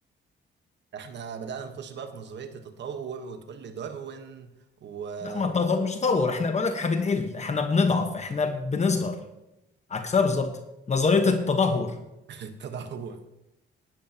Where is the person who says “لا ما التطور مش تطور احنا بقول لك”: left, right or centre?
Left